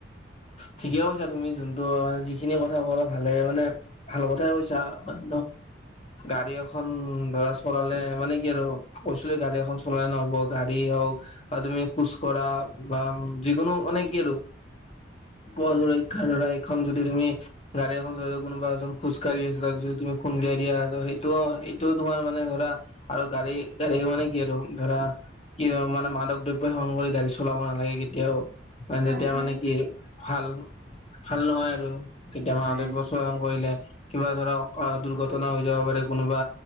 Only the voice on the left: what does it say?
ঠিকে কৈছা তুমি যোনটো মানে যিখিনি কথা কলে ভালে মানে ভাল কথাই কৈছা মানে গাড়ী এখন ধৰা চলালে মানে কি আৰু কৈছিলে গাড়ী এখন চলাই নহব গাড়ী হওক বা তুমি খোজকঢ়া বা যিকোনো মানে কি আৰু? প়ুৰক্ষাৰ
এইখন যদি তুমি গাড়ী এখন যও কোনোবা এজন খোজকাঢ়িছে ত যদি তুমি খুন্দিয়াই দিয়া সেইটোও সেইটোও তোমাৰ মানে ধৰা আৰু গাড়ী গাড়ী মানে কি আৰু? ধৰা কি মানে মাদক দ্ৰব্য সেৱন কৰি গাড়ী চলাব নালাগে কেতিয়াও ম
তেতিয়া
মানে কি ভাল ভাল নহয় আৰু তেতিয়া মাদব
সেৱন কৰিলে। কিবা ধৰা অ দুৰ্ঘটনা হৈ যাব পাৰে কোনোবা